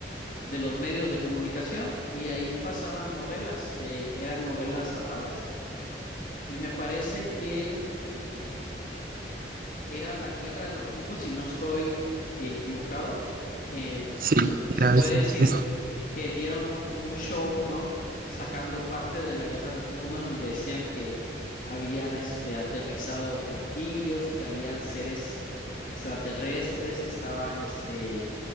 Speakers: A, on the left; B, on the right.
A: de los medios de comunicación y ahí pasaban novelas que eran novelas habladas. y me parece que era la Guerra de los Mundos, si no estoy eh, equivocado. Eh,
B: Sí,
A: se, se
B: a
A: puede
B: veces
A: decir
B: es
A: que dieron un, un show, ¿no? Sacando parte de la Guerra de los Mundos, en donde decían que habían este, aterrizado platillos y que habían seres extraterrestres que estaban este,